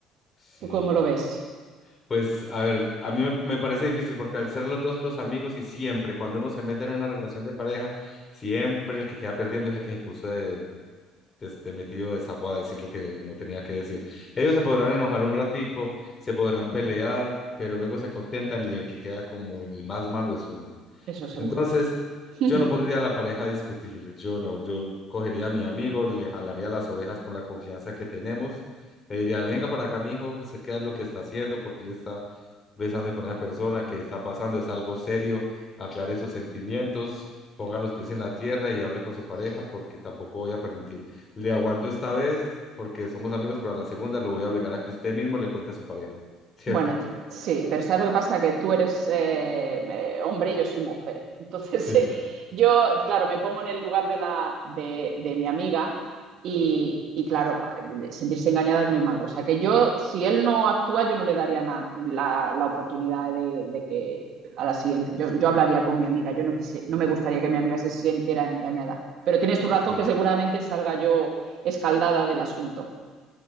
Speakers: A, on the left; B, on the right.
A: sí.
B: ¿Tú cómo lo ves?
A: Pues a ver, a mí me, me parece difícil porque al ser los dos los amigos y siempre, cuando uno se mete en una relación de pareja, siempre el que queda perdiendo es el que se puso de este, metido de sapo a decir lo que no tenía que decir. Ellos se podrán enojar un ratico, se podrán pelear, pero luego se contentan y el que queda como el más malo es uno.
B: Eso seguro.
A: Entonces,
B: <laughs>
A: yo no pondría a la pareja a discutir, yo no, yo cogería a mi amigo, le jalaría las orejas con la confianza que tenemos, le diría, venga para acá, mi hijo, usted qué es lo que está haciendo, porque le está besando con esa persona, qué está pasando, es algo serio, aclare sus sentimientos, ponga los pies en la tierra y hable con su pareja, porque tampoco voy a permitir, le aguanto esta vez, porque somos amigos, pero a la segunda lo voy a obligar a que usted mismo le cuente a su pareja, ¿cierto?
B: Bueno, yo- sí, pero ¿sabes lo que pasa? Que tú eres eh, eh, hombre y yo soy mujer. Entonces,
A: Sí,
B: <laughs> eh, yo, claro, me pongo en el lugar de, la, de, de mi amiga y, y, claro, eh, sentirse engañada es muy malo. O sea, que yo, si él no actúa, yo no le daría na- la, la oportunidad de, de que a la siguiente. Yo, yo hablaría con mi amiga, yo no, quise, no me gustaría que mi amiga se sintiera engañada. Pero tienes tu razón
A: Sí.
B: que seguramente salga yo escaldada del asunto.